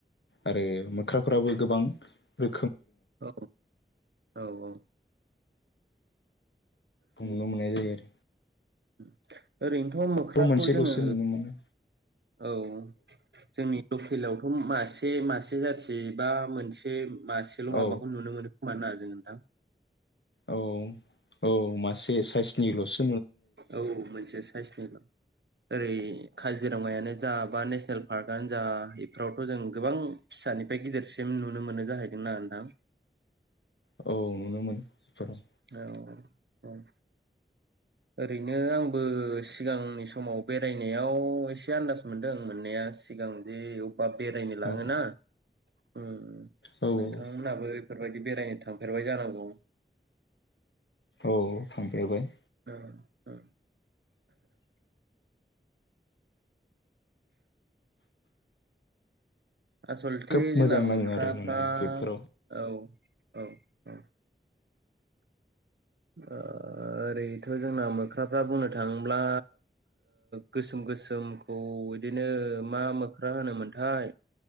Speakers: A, on the left; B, on the right.
A: आरो मोख्राफोराबो गोबां रो
B: औ औ औ‌।
A: नुनो मोननाय जायो आरो।
B: <inaudible> ओरैनोथ मोख्राखौ
A: मोनसेल'सो
B: जोङो
A: नुनो मोनो
B: औ जोंनि‌। लकेलावथ मासे मासे जाथि बा मोनसे। मासेल माबाखौ
A: औ
B: नुनो मोनो खोमा ना। नोंथां।
A: औ औ मासे साइस। <unintelligible>
B: औ मोनसे साइसनिल। ओरै काजिरङायानो जा बा नेसनेल पार्कआनो जा इफोरावथ जों गोबां फिसानिफ्राय गिदिरसिम नुनो मोनो जाहैदोंना नोंथां।
A: औ नुनो मोनो बेफोराव
B: औ उम ओरैनो आंबो सिगांनि समाव बेरायनायाव एसे आन्दाज मोनदों मोननाया सिगां जे बा बेरायनो लाङोना
A: औ
B: ओम
A: औ
B: नोंथांमोनहाबो
A: औ
B: बेफोरबायदि बेरायनो थांफेरबाय जानांगौ।
A: औ थांफेरबाय।
B: ओ ओ आसलथे
A: खोब मोजां
B: जोंना
A: नाङो
B: मोख्राफ्रा
A: आरो माने बेफोराव
B: औ औ औ ओ ओरैथ जोंना मोख्राफ्रा बुंनो ओ थाङोब्ला गोसोम गोसोमखौ बिदिनो मा मोख्रा होनोमोनथाय